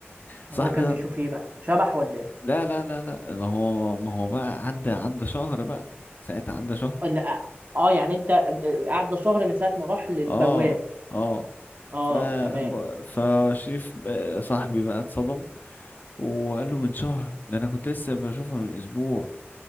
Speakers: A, on the left; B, on the right.
A: صاحبي
B: ما هو كان
A: ده
B: بيشوف ايه بقى شبح ولا ايه
A: لا لا لا لا ما هو ما هو بقى عدى عدى شهر بقى ساعتها عدى شهر
B: آه، لا اه يعني انت آه، قعد شهر من ساعه ما راح للبواب
A: اه اه
B: اه
A: ف
B: تمام
A: ب- فشريف ب- صاحبي بقى اتصدم وقال له من شهر ده انا كنت لسه بشوفها من اسبوع